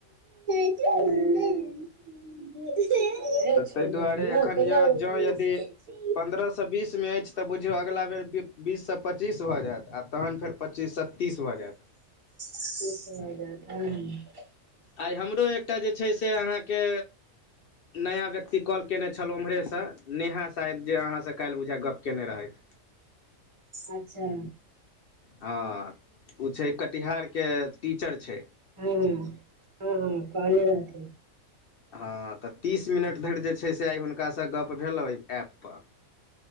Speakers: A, on the right (about 30°); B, on the left (about 60°).
A: <unintelligible> <unintelligible>
B: तऽ तहि दुआरे
A: दही न
B: एखन
A: कैला
B: य
A: बदमाशी
B: जँ यदि
A: करै छै
B: पन्द्रह सँ बीस मे अईछ तऽ बुझियऊ अगला बेर बीस सँ पच्चीस भऽ जैत आ तहन फेर पच्चीस सँ त्तीस भऽ जायत
A: क सुना जा <unintelligible>
B: आइ हमरो एकटा जे छै से अहाँके नया व्यक्ति कॉल केने छल उम्हरेसँ नेहा शायद जे अहाँसँ काल्हि बुझाइऐ गप्प केने रहथि
A: अच्छा
B: हँ उ छै कटिहार के टीचर छै
A: हूँ हूँ हँ हँ कहले रहथिन
B: हँ तऽ तीस मिनट धरि जे छै से आइ हुनकासँ गप्प भेलऽ ओहि ऐप पर